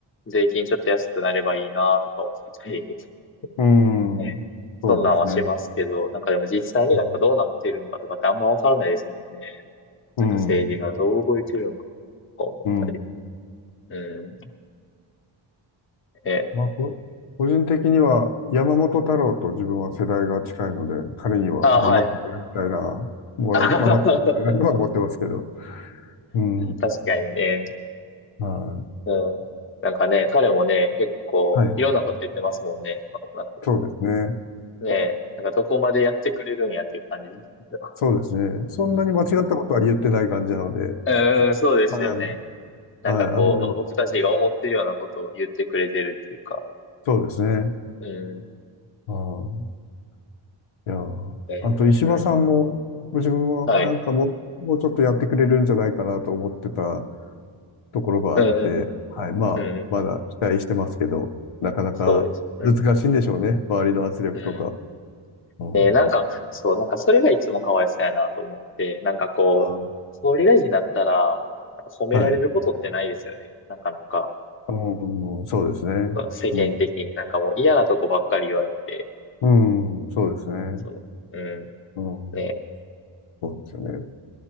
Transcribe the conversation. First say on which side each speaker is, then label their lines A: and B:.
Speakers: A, on the left; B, on the left.
A: う、税金ちょっと安くなればいいなとか思ったり、
B: うん。
A: <laughs> ね、そんなんはしますけど、
B: そうですね。
A: なんかでも実際になんかどうなってるんかとかってあんまわからないですもんね。
B: うん。うん。
A: なんか政治がどう動いてるんかとか思ったり。
B: うん
A: うん。ね。
B: まあ、こ個人的には山本太郎と自分は世代が近いので、彼には頑張ってもらいたいな、
A: あ、はい <laughs>
B: もらい、
A: あははは
B: 頑張ってもらいたいなとは思ってますけど。うん。
A: 確かにね。
B: はい。
A: うん。なんかね、彼もね、結構、
B: はい。
A: いろんなこと言ってますもんね。なんかこ
B: そうですね。
A: う、ね、なんかどこまでやってくれるんやっていう感じですけど。
B: そうですね。そんなに間違ったことは言ってない感じなので、
A: <laughs> うん、
B: あ
A: そうですよね。
B: はい。
A: なんかこう、
B: はい。あの、
A: まあ、僕たちが思ってるようなことを言ってくれてるっていうか。
B: そうですね。
A: うん。
B: ああいやー、
A: えーうん。
B: あと石破さんも、ご自分はなんかもう、
A: はい。
B: もうちょっとやってくれるんじゃないかなと思ってたところがあって、
A: うん、
B: はい、まあ、
A: うん、うん、うん。
B: まだ期待してますけど、
A: うんうん
B: なかなか難しいんでしょうね、
A: そうです。うん。
B: 周りの圧力とか。
A: うん。
B: うん、
A: ね、なんか、そう、なんかそれがいつもかわいそうやなと思って、なんかこう、
B: あ
A: 総理大臣になったら、なんか褒められることってないですよね。
B: はい、
A: なかなか、
B: うん、そうですね。
A: 世間的に、
B: うん、
A: なんかもう嫌なとこばっかり言われて、
B: うん、そうですね。
A: そう、う
B: うん、
A: ん、ね、
B: そうですよね。